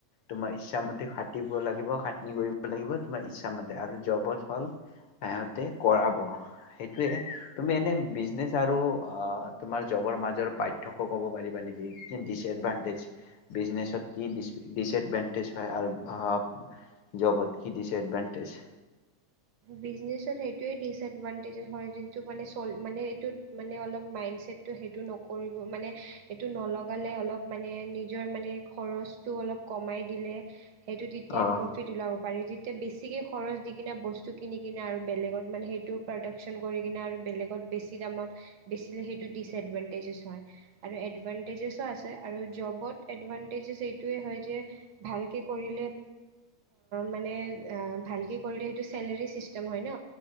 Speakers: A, on the left; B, on the right.
A: তোমাৰ ইচ্ছামতে খাটিব লাগিব খাত্নি কৰিব লাগিব তোমাৰ ইচ্ছা মতে আৰু জবত হল সিহতে কৰাব সেইটোৱে, তুমি এনে বিজনেচ আৰু তোমাৰ জবৰ মাজ নিজৰ পাঠ্য ক'ব পাৰিবা নেকি কি ডিচএডভাণ্টেজ, বিজনেছত কি দিছ ডিচএডভাণ্টেজ হয় আৰু অ জবত কি ডিচএডভাণ্টেজ।
B: বিজনেছৰ সেইটোৱে ডিচএডভাণ্টেজেজ হৈ জোনটো মানে চল মানে এইটোত মানে অলপ মাইণ্ডছেটটো সেইটো নকৰি মানে এইটো নলওঁ। ৱালে অলপ মানে নিজৰ মানে খৰচটো অলপ কমাই দিলে সেইটো তেতিয়াই
A: অ'
B: প্ৰফিত ওলাব পাৰি। এয়া বেছিকে খৰচ দি কিনে বস্তু কিনি কিনে আৰু বেলেগত মানে সেইটো প্ৰডাক্যন কৰি কিনে আৰু বেলেগত বেছি দামত বেচিলে সেইটো ডিচএডভানটেজেছ হয় আৰু এডভানটেজেছো আছে আৰু জবত এডভানটেজেছ এইটোৱেই হয় যে ভালকৈ কৰিলে মানে ভালকৈ কৰিলে সেইটো চেলেৰিচ চিষ্টেম হয় ন।